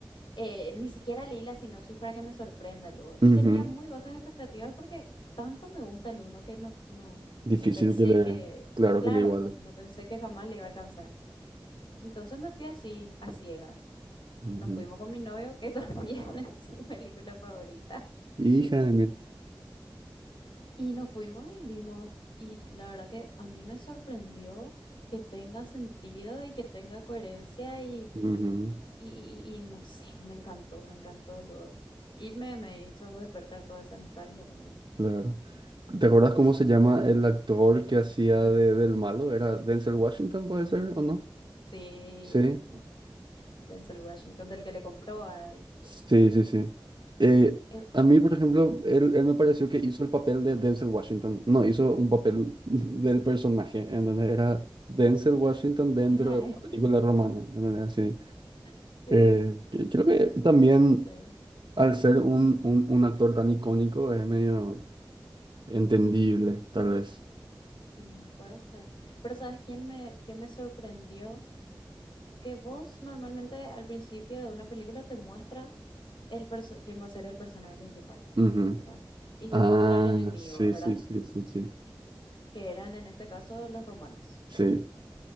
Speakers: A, on the left; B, on the right.
A: Eh, ni siquiera leí la sinopsis para que me sorprenda luego.
B: ujú.
A: Y tenía muy bajas expectativas porque tanto me gusta el uno que no, no, no
B: Difícil
A: pensé
B: que le,
A: que,
B: claro
A: claro,
B: que le iguale.
A: no, no pensé que jamás le iba a alcanzar. Entonces me fui así, a ciegas.
B: Ujú.
A: Nos fuimos con mi novio, que <laughs> también es su película favorita.
B: Hija de mil.
A: Y nos fuimos y vimos, y la verdad que a mí me sorprendió que tenga sentido y que tenga coherencia y,
B: Ujú,
A: y, y- y no sé, me encantó, me encantó luego. Y me, me hizo despertar toda esa nostalgia también.
B: claro. ¿Te acuerdas cómo se llama el actor que hacía de, del malo? ¿Era Denzel Washington, puede ser, o no?
A: Sí,
B: Sí.
A: Denzel Washington, del que le compró a él.
B: Sí, sí, sí. Eh,
A: Eh,
B: a mí, por ejemplo, él, él me pareció que hizo el papel de Denzel Washington. No, hizo un papel <laughs> del personaje, en donde era Denzel Washington dentro
A: ¿Era
B: de una
A: él? <laughs>
B: película romana, en donde así.
A: Sí,
B: Eh, que- creo que también
A: puede ser.
B: al ser un, un, un actor tan icónico es medio entendible, tal vez.
A: Sí, puede ser. Pero ¿sabes quién me, qué me sorprendió? Que vos normalmente al principio de una película te muestra el perso- quién va a ser el personaje principal,
B: Ujú.
A: ¿verdad? Y
B: Ah,
A: te muestra al enemigo,
B: sí,
A: ¿verdad?
B: sí, sí, sí, sí.
A: Que eran en este caso los romanos.
B: Sí.